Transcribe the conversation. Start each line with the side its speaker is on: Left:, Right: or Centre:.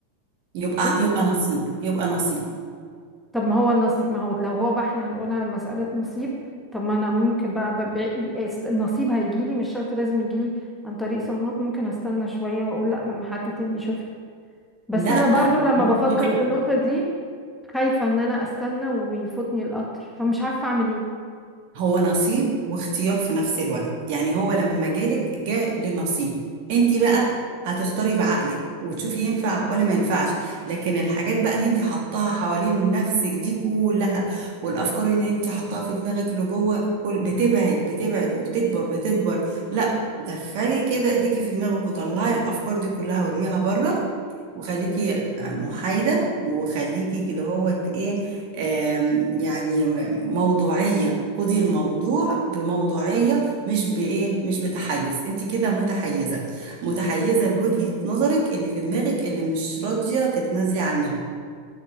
Right: يبقى
Centre: ليه؟
Right: يبقى نصيب يبقى نصيب
Centre: طب ما هو النصيب ما هو لو هو بقى احنا هنقولها مسألة نصيب طب ما انا ممكن بقى, بقى النصيب هيجيلي مش شرط لازم يجيلي عن طريق صالونات ممكن استنى شوية واقول لا لما حد تاني يشوفني بس
Right: لا
Centre: انا برضو لما بفكر
Right: هو
Centre: في النقطة دي خايفة ان انا استنى ويفوتني القطر فمش عارفة اعمل ايه
Right: هو نصيب واختيار في نفس الوقت يعني هو لما جالك جاء للنصيب انت بقى هتختاري بعقلك وتشوفي ينفع ولا ما ينفعش لكن الحاجات بقى اللي انت حطاها حوالين نفسك دي كلها والافكار اللي انت حطاها في دماغك لجوه كل بتبعد بتبعد وبتكبر بتكبر لا دخلي كده ايديكي في دماغك وطلعي الافكار دي كلها وارميها بره وخليكي محايدة وخليكي كده هو ايه آم، يعني موضوعية خدي الموضوع بموضوعية مش بإيه مش بتحيز انت كده متحيزة متحيزة لوجهة نظرك اللي في دماغك اللي مش راضية تتنازلي عنها